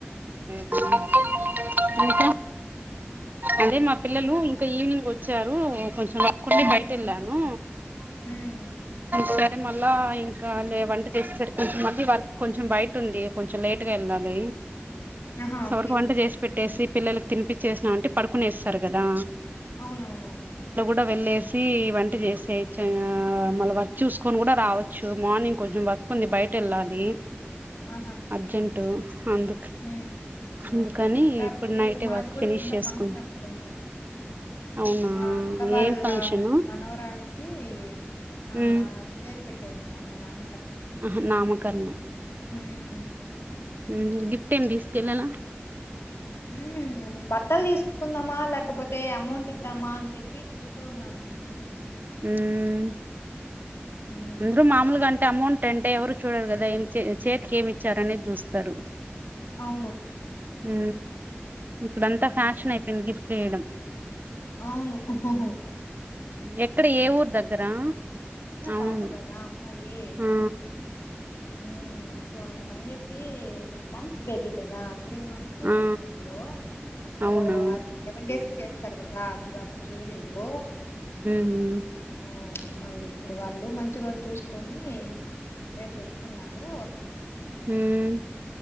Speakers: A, on the right; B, on the left.
A: <inaudible>
B: హ
A: ఇంకా అదే మా పిల్లలు ఇంకా ఈవినింగ్ వచ్చారు కొంచెంఒక్కడే
B: ఉమ్
A: బయట వెళ్ళాను
B: ఉమ్ ఉమ్
A: సర మళ్ళా ఇంకా లే వంట చేసేసరి కొంచెం మళ్ళీ వర్క్ కొంచెం బయట ఉంది కొంచెం లేట్ గా వెళ్ళ లి
B: ఆహా
A: చవరికి
B: ఓకే
A: వంట చేసి పెట్టేసి పిల్లలకి తినిపచ్చేసినా అంటే పడుకునే వస్తారు కదా
B: అవునవునవును
A: అట్లా కూడా వెళ్ళేసి వంట చేసే మళ్ళ వర్క్ చూసుకొని కూడా రావచ్చు మార్నింగ్ కొంచెం వర్క్ ఉంది బయట వెళ్ళాలి
B: ఆహా
A: అర్జెంటట్ అందుకు
B: ఉమ్
A: అందుకని
B: ఓకే రాప్
A: ఇప్పుడు
B: రేపు
A: నైటే
B: మాది
A: వర్క్
B: కూడా
A: ఫినిష్
B: చిన్న
A: చేసుకున్నా
B: ఫంక్షన్ ఒకటి ఉంది
A: అవునా
B: మా అక్క వాళ్ళ
A: ఏం ఫంక్షను
B: మనవరాలికి ఆ
A: మ్మ్
B: పేరు పెట్టేదనమాట నామ
A: ఆహా నామకరణ
B: ఉమ్
A: హు గిఫ్ట్ ఏమి తీసుకెళ్లాల
B: ఉ బట్టలు తీసుకుందామా లేకపోతే అమౌంట్ ఇద్దామా అని చెప్పి చూస్తూ ఉన్నాను హ్యూ
A: హ్మ్మ్
B: మ్మ్
A: ముందు మామూలుగా అంటే అమౌంట్ అంటే ఎవరు చూడరు కదా చేతికి ఏమి ఇచ్చారునేది చూస్తారు
B: అవును
A: ఉ ఇప్పుడ
B: ఉమ్
A: అంతా ఫ్యాషన్ అయిపోయింది గిఫ్ట్లు వేయడం
B: అవును హుహు
A: ఎక్కడ ఏ ఊరు దగ్గరా
B: చిన్న
A: అవును
B: పాప కదా అమ్మాయి
A: ఆ
B: ఉమ్ సో అందుకని చెప్పి మంత్స్ బేబీ కదా త్రీ మంత్స్
A: ఆ
B: ఏమో ఇప్పుడు సో
A: అవునా
B: అది సెవెన్ డేస్ కి చేస్తారు కదా ఇప్పుడు అప్పుడు చేయలేదు
A: హమ్
B: ఉమ్ మళ్ళీ ఇప్పుడు వాళ్ళు మంచి రోజు చూసుకొని రేపు పెట్టుకున్నారు
A: హమ్